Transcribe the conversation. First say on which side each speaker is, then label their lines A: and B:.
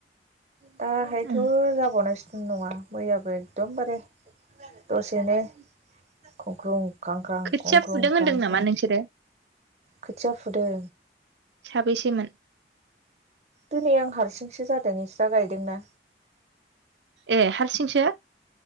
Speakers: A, on the right; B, on the right.
A: दाहायथ'
B: उम
A: जाबावनोसो नङा मैयाबो एकदमबारे दसेनो खुग्लुं खांख्रां
B: खोथिया
A: खुंख्रुं
B: फुदों होनदों
A: खांख्रां
B: नामा नोंसोरो
A: खोथिया फुदों
B: साबेैसेमोन?
A: दिनै आं हारसिंसो जादों ओइस्रा गायदोंना।
B: ए हारसिंसो